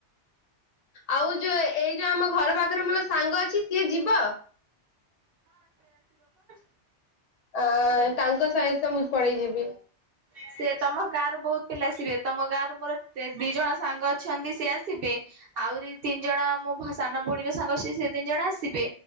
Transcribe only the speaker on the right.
ହ
ସେ ତମ ଗାଁ ରରୁ ବହୁତ ପିଲା ଆସିବେ ତମ ଗାଁ ର ମୋର ଦି ଜଣ ସାଙ୍ଗ ଅଛନ୍ତି ସି ଆସିବେ। ଆହୁରି ତିନି ଜଣ ମୋ ସାନ ଭଉଣୀ ର ସାଙ୍ଗ ସେ-ସେ ତିନି ଜଣ ଆସିବେ।